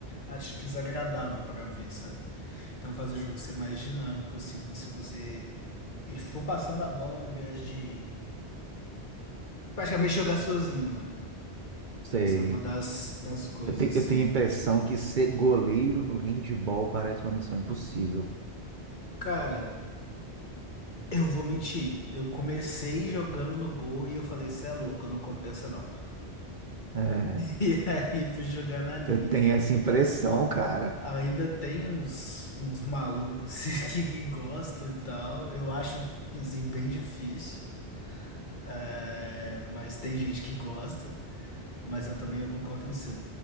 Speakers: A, on the left; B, on the right.
A: acho que desagradável para ver, sabe? Então, faz o jogo ser mais dinâmico, assim, se você e for passando a bola ao invés de praticamente jogar sozinho, né?
B: sei.
A: Isso é uma das, das coisas,
B: Eu, te-
A: assim.
B: eu tenho a impressão que ser goleiro no handball parece uma missão impossível.
A: Cara, eu vou mentir. Eu comecei jogando no gol e eu falei, cê é louco, não compensa não. <laughs>
B: É,
A: E aí fui jogar na linha.
B: eu tenho essa impressão, cara.
A: Ainda tem uns, uns malucos <laughs> que, que gostam e tal. Eu acho, assim, bem difícil. É, mas tem gente que gosta. Mas eu também eu concordo com você.